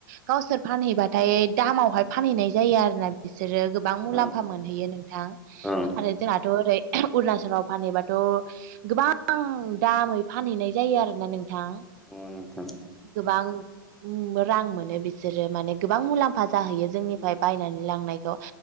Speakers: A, on the right; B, in the centre.
A: गावसोर फानहैबाथाय दामावहाय फानहैनाय जायो आरोना। बिसोरो गोबां मुलाम्फा
B: ओं
A: मोनहैयो नोंथां
B: ओं
A: आरो। जोंनाथ ओरै अरुणाचलाव फानहैबाथ। गोबां दामै फानहैनाय जायो आरोना नोंथां।
B: <unintelligible> नोंथां
A: गोबां रां मोनो बिसोरो माने गोबां मुलाम्फा जाहैयो जोंनिफ्राय बायनानै लांनायखौ।